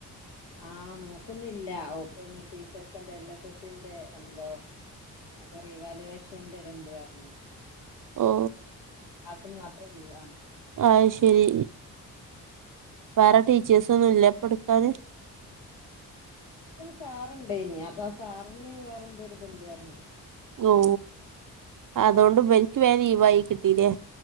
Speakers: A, on the left; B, on the right.
A: ആ മോൾക്ക്ന്നില്ല ഓ അപ്പന്ന് ടീച്ചർക്ക് എന്താ എൽ എസ് എസ്സിന്റെ എന്തോ മറ്റേ റീവാലുവേഷന്റെ ഇത്ണ്ട് അർഞ്
B: ഓ
A: ഇന്ന് മാത്രം ലീവാണ്
B: ആത്ശരി വേറെ ടീച്ചേഴ്സൊന്നും ഇല്ലെ അപൊടുക്കാാന്.
A: സാറുണ്ടായിനി അപ്പൊ ആ സാറിന് വേറെ എന്തോ ഇരുതുണ്ട്ന്ന് പറഞ്ഞു.
B: ഒ അതുകൊണ്ട് ഇവർക്ക് വേം ലീവായി കിട്ടീല്ലേ.